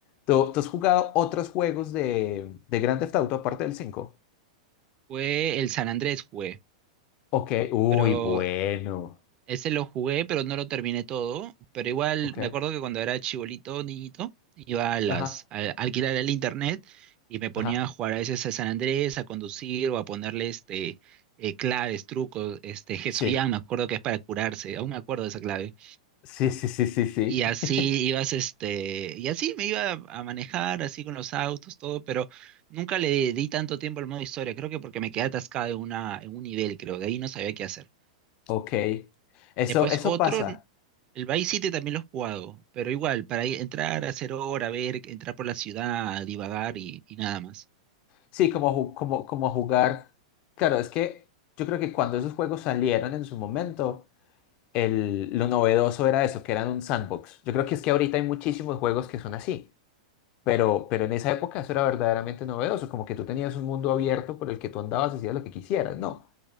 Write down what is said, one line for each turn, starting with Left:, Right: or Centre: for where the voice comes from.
Left: ¿Tú, tú has jugado otros juegos de, de Grand Theft Auto aparte del 5?
Right: fue el San Andrés jugué,
Left: Ok, uy,
Right: pero
Left: bueno.
Right: ese lo jugué, pero no lo terminé todo. Pero igual
Left: Ok,
Right: me acuerdo que cuando era chibolito, niñito, iba a las
Left: ajá,
Right: a alquilar el internet y me ponía
Left: ajá,
Right: a jugar a veces a San Andrés, a conducir o a ponerle este eh, claves, trucos, este Hesoyam,
Left: sí,
Right: me acuerdo que es para curarse, aún me acuerdo de esa clave.
Left: sí, sí, sí, sí, sí.
Right: Y así
Left: <laughs>
Right: ibas, este, y así me iba a, manejar, así con los autos, todo, pero nunca le di tanto tiempo al modo historia, creo que porque me quedé atascado en una, en un nivel, creo, de ahí no sabía qué hacer.
Left: Ok, eso,
Right: Después
Left: eso
Right: otro,
Left: pasa.
Right: el Vice City también lo he jugado, pero igual, para ir- entrar, hacer hora, ver, entrar por la ciudad, divagar y, y nada más.
Left: Sí, como, ju- como, como jugar. Claro, es que yo creo que cuando esos juegos salieron en su momento, el, lo novedoso era eso, que eran un sandbox. Yo creo que es que ahorita hay muchísimos juegos que son así, pero, pero en esa época eso era verdaderamente novedoso, como que tú tenías un mundo abierto por el que tú andabas y hacías lo que quisieras, ¿no?